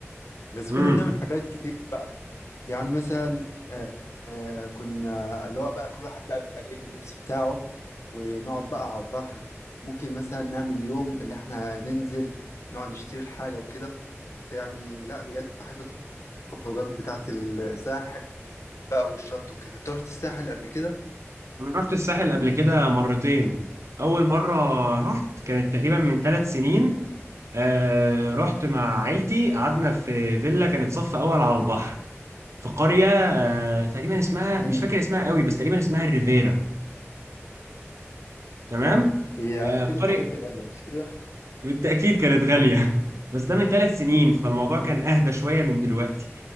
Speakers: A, on the left (about 70°); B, on the right (about 70°).
A: بس
B: امم
A: كنا بنعمل حاجات كتير يعني مثلا آه، آه، كنا اللي هو بقى كل واحد بقى بيبقى جايب اللبس بتاعه ونقعد بقى على البحر ممكن مثلا نعمل يوم اللي احنا ننزل نقعد نشتري الحاجة وكده فيعني لا بجد بحب الخروجات بتاعة الساحل بقى والشط وكده أنت رحت الساحل قبل كده؟
B: انا رحت الساحل قبل كده مرتين اول مره رحت كانت تقريبا من ثلاث سنين آه رحت مع عيلتي قعدنا في فيلا كانت صف اول على البحر في قريه آه تقريبا اسمها
A: امم
B: مش فاكر اسمها قوي بس تقريبا اسمها الريفيرا تمام
A: هي
B: آه
A: اكيد الحاجات
B: قريه
A: دي غالية مش كده؟
B: بالتاكيد كانت غاليه <laughs> بس ده من ثلاث سنين فالموضوع كان اهدى شويه من دلوقتي